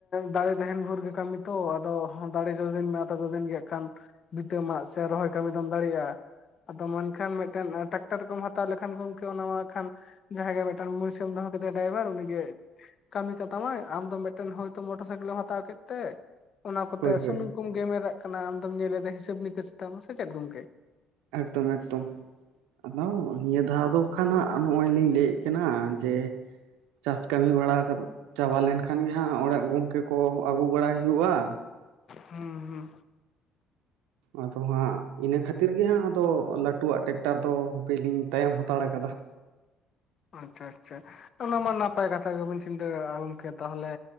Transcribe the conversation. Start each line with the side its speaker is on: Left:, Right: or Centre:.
Left: ᱫᱟᱲᱮ ᱛᱟᱦᱮᱱ ᱵᱷᱳᱨ ᱜᱮ ᱠᱟᱹᱢᱤ ᱫᱚ ᱟᱫᱚ ᱫᱟᱲᱮ ᱡᱚᱫᱤᱱ ᱛᱚᱛᱚ ᱫᱤᱱ ᱜᱮ ᱠᱷᱟᱱ, ᱵᱤᱛᱟᱢᱟᱜ ᱥᱮ ᱨᱚᱦᱚᱭ ᱠᱟᱹᱢᱤ ᱫᱚᱢ ᱫᱟᱲᱮᱭᱟᱜᱼᱟ᱾ ᱟᱫᱚ ᱢᱮᱱᱠᱷᱟᱱ ᱢᱤᱫᱴᱮᱱ ᱴᱨᱟᱠᱴᱟᱨ ᱠᱚᱢ ᱦᱟᱛᱟᱣ ᱞᱮᱠᱷᱟᱱ ᱜᱚᱝᱠᱮ ᱚᱱᱟ ᱢᱟ ᱠᱷᱟᱱ ᱡᱟᱦᱟᱸ ᱜᱮ ᱢᱤᱫᱴᱟᱝ ᱢᱚᱱᱤᱥ ᱮᱢ ᱫᱚᱦᱚ ᱠᱟᱫᱟᱭ ᱰᱟᱭᱵᱷᱟᱨ ᱩᱱᱤᱜᱮ ᱠᱟᱹᱢᱤ ᱠᱟᱛᱟᱢᱟᱭ ᱟᱢ ᱫᱚ ᱢᱮᱫᱴᱮᱱ ᱦᱚᱭᱛᱳ ᱢᱚᱴᱚᱨ ᱥᱟᱭᱠᱮᱞᱮᱢ ᱦᱟᱛᱟᱣ ᱠᱮᱫ ᱛᱮ ᱚᱱᱟ ᱠᱚᱛᱮ
Right: ᱦᱳᱭ ᱦᱳᱭ
Left: ᱥᱩᱱᱩᱢ ᱠᱚᱢ ᱜᱮᱢᱮᱨᱟᱜ ᱠᱟᱱᱟ ᱟᱢᱫᱚᱢ ᱧᱮᱞᱮᱫᱟ ᱦᱤᱥᱟᱹᱵᱽ ᱱᱤᱠᱟᱹᱥ ᱛᱟᱢ ᱥᱮ ᱪᱮᱫ ᱜᱚᱝᱠᱮ?
Right: ᱮᱠᱫᱚᱢ ᱮᱠᱫᱚᱢ ᱟᱫᱚ ᱱᱤᱭᱟᱹ ᱫᱷᱟᱣ ᱫᱚ ᱠᱷᱟᱱᱟᱜ ᱱᱚᱜ-ᱚᱭ ᱞᱤᱧ ᱞᱟᱹᱭᱮᱫ ᱠᱟᱱᱟ ᱡᱮ ᱪᱟᱥ ᱠᱟᱹᱢᱤ ᱵᱟᱲᱟ ᱪᱟᱵᱟ ᱞᱮᱱ ᱠᱷᱟᱱ ᱜᱮ ᱦᱟᱸᱜ ᱚᱲᱟᱜ ᱜᱚᱝᱠᱮ ᱠᱚ ᱟᱹᱜᱩ ᱵᱟᱲᱟᱭ ᱦᱩᱭᱩᱜ-ᱟ᱾
Left: ᱦᱮᱸ ᱦᱮᱸ
Right: ᱟᱫᱚ ᱦᱟᱸᱜ, ᱤᱱᱟᱹ ᱠᱷᱟᱹᱛᱤᱨ ᱜᱮ ᱦᱟᱸᱜ, ᱟᱫᱚ ᱞᱟᱹᱴᱩᱣᱟᱜ ᱴᱮᱠᱴᱟᱨ ᱫᱚ ᱦᱟᱯᱮ ᱞᱤᱧ, ᱛᱟᱭᱚᱢ ᱦᱟᱛᱟᱲ ᱟᱠᱟᱫᱟ ᱾
Left: ᱟᱪᱪᱷᱟ ᱟᱪᱪᱷᱟ ᱚᱱᱟ ᱢᱟ ᱱᱟᱯᱟᱭ ᱠᱟᱛᱷᱟ ᱜᱮᱵᱚᱱ ᱪᱤᱱᱛᱟᱹ ᱠᱟᱜ-ᱟ ᱜᱚᱝᱠᱮ ᱛᱟᱦᱚᱞᱮ